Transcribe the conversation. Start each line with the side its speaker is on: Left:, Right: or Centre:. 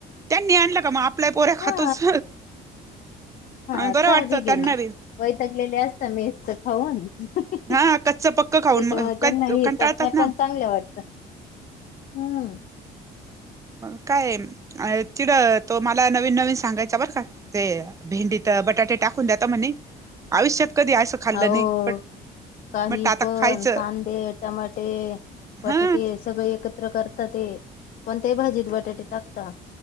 Right: त्यांनी आणलं का म आपले पोरं खातोस
Left: हा हा
Right: आणि बरं
Left: साहजिक
Right: वाटतं त्यांना
Left: आहे ना
Right: बी.
Left: वैतागलेले असतं मेसचं खाऊन त्याच्यामुळे
Right: हा कच्च पक्क खाऊन
Left: त्यांना नाही
Right: कंटाळतात
Left: चटण्या
Right: ना
Left: पण चांगल्या वाटतं हम्म.
Right: <inaudible> मग काय म आय तिकडं तो मला नवीन-नवीन सांगायचा बरं का ते भेंडीत बटाटे टाकून द्याता म्हणे आयुष्यात कधी असं खाल्लं
Left: अहो
Right: नाही बट
Left: काही
Right: बट आता
Left: पण
Right: खायचं
Left: कांदे टमाटे, बटाटे
Right: हा
Left: सगळे एक त्र करता ते कोणत्याही भाजीत बटाटे टाकता.